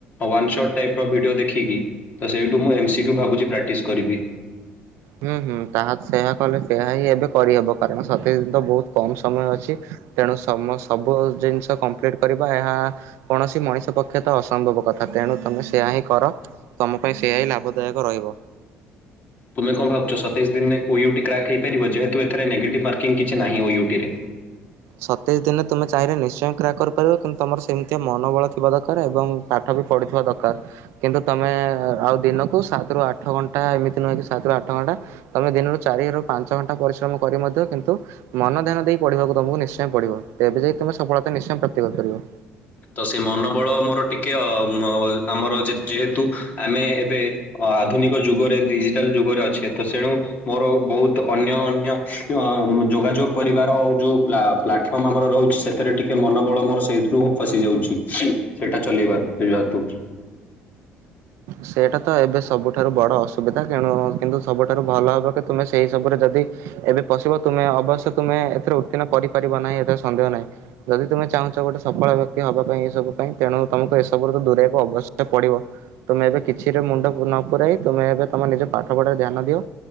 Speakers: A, on the left (about 40°); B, on the right (about 80°).
A: ୱାନ୍ ଶଟ୍ ଟାଇପ ର ଭିଡିଓ ଦେଖି ଠି କି ତ ସେଇଠୁ ମୁଁ ଏମସି କ୍ୟୁ ଭାବୁଚି ପ୍ରାକ୍ଟିସ କରିବି।
B: ହୁଁ ହୁଁ ତାହା ସେୟା କଲେ ସେୟା ହିଁ ଏବେ କରିହେବ କାରଣ ସତେଇଶି ତ ବହୁତ କମ ସମୟ ଅଛି। ତେଣୁ ସମ ସବୁ ଜିନିଷ କମ୍ପ୍ଲିଟ କରି ବା ଏହା କୌଣସି ମଣିଷ ପକ୍ଷେ ତ ଅସମ୍ଭବ କଥା ତେଣୁ ତମେ ସେୟା ହିଁ କର। ତମ ପାଇଁ ସେୟା ହିଁ ଲାଭଦାୟକ ରହିବ।
A: ତମେ କଁ ଭାବୁଚ ସତେଇଶି ଦିନରେ ଓ ୟୁ ଟି କ୍ରାକ ହେଇପାରିବ ଯେହେତୁ ଏଥିରେ ନେଗେଟିଭ ମାର୍କ କିଛି ନାହିଁ ଓ ୟୁ ଟି ରେ।
B: ସତେଇଶି ଦିନେ ତୁମେ ଚାହିଁଲେ ନିଶ୍ଚୟ କ୍ରାକ କରିପାରିବ କିନ୍ତୁ ତମର ସେମିତିଆ ମନୋବଳ ଥିବା ଦରକାର ଏବଂ ପାଠ ବି ପଢିଥିବା ଦରକାର। କିନ୍ତୁ ତମେ ଆଉ ଦିନକୁ ସାତରୁ ଆଠ ଘଣ୍ଟା ଏମିତି ନୁହେଁ କି ସାତରୁ ଆଠ ଘଣ୍ଟା ତମେ ଦିନରୁ ଚାରି ରୁ ପାଞ୍ଚ ଘଣ୍ଟା ପରିଶ୍ରମ କରି ମଧ୍ୟ କି କିନ୍ତୁ ମନ ଧ୍ୟାନ ଦେଇ ପଢିବାକୁ ତମକୁ ନିଶ୍ଚୟ ପଢିବ ତେବେ ଯାଇ ତୁମେ ସଫଳତା ନିଶ୍ଚୟ ପ୍ରାପ୍ତି କରି ପାରିବ।
A: ତ ସେ ମନୋବଳ ମୋର ଟିକେ ଅ ଆମର ଯେହେତୁ ଆମେ ଏବେ ଅ ଆଧୁନିକ ଯୁଗରେ ଡିଜିଟାଲ ଯୁଗରେ ଅଛେ ତ ତେଣୁ। ମୋର ବହୁତ ଅନ୍ୟ ଅନ୍ୟ ଅ ଯୋଗାଯୋଗ କରିବାର ଯୋଉ ପ୍ଲା ପ୍ଲାଟ୍ ଆମର ରହୁଚି ସେଥିରେ ଟିକେ ମନ ବଳ ମୋର ସେଇଥିରୁ ଖସି ଯାଉଚି ସେଇଟା ଚଲେଇବାର ସେ ଜାତୁ
B: ସେଇଟା ତ ଏବେ ସବୁଠାରୁ ବଡ ଅସୁବିଧା ତେଣୁ କିନ୍ତୁ ସବୁଠାରୁ ଭଲ ହବ କି ତୁମେ ସେଇ ସବୁରେ ଯଦି ଏବେ ପଶିବ ତୁମେ ଅବଶ୍ୟ ତୁମେ ଏଥିରେ ଉତ୍ତୀର୍ଣ କରିପାରିବ ନାହିଁ ଏଥିରେ ସନ୍ଦେହ ନାହିଁ। ଯଦି ତୁମେ ଚାହୁଁଚ ଗୋଟେ ସଫଳ ବ୍ୟକ୍ତି ହବା ପାଇଁ ଏସବୁ ପାଇଁ ତେଣୁ ତୁମକୁ ଏସବୁରୁ ଦୂରେଇବାକୁ ଅବଶ୍ୟ ପଡିବ। ତୁମେ ଏବେ କିଛିରେ ମୁଣ୍ଡ ନ ପୁରାଇ ତୁମେ ଏବେ ତମେ ନିଜ ପାଠ ପଢାରେ ଧ୍ୟାନ ଦିଅ